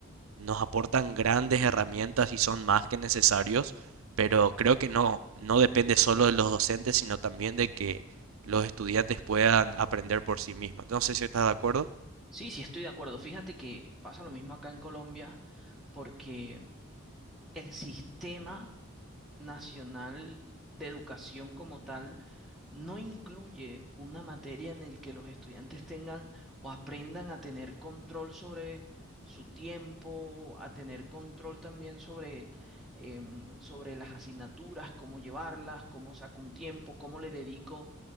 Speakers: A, on the right; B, in the centre.
A: nos aportan grandes herramientas y son más que necesarios, pero creo que no, no depende solo de los docentes, sino también de que los estudiantes puedan aprender por sí mismos. No sé si estás de acuerdo.
B: Sí, sí, estoy de acuerdo. Fíjate que pasa lo mismo acá en Colombia, porque el sistema nacional de educación como tal no incluye una materia en el que los estudiantes tengan o aprendan a tener control sobre su tiempo, a tener control también sobre, em, sobre las asignaturas, cómo llevarlas, cómo saco un tiempo, cómo le dedico